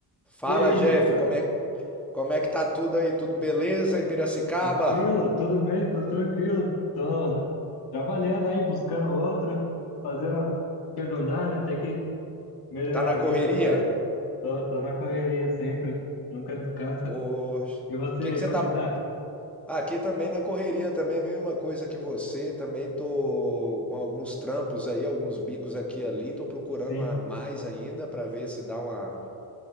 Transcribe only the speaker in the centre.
Fala,
Jeff,
como é, como é que tá tudo aí? Tudo beleza em Piracicaba?
Tá na
correria?
Poxa,
o que
que você
tá
Ah, aqui também na correria também, a mesma coisa que você, também tô com alguns trampos aí, alguns bicos aqui e ali, tô procurando
a mais ainda para ver se dá uma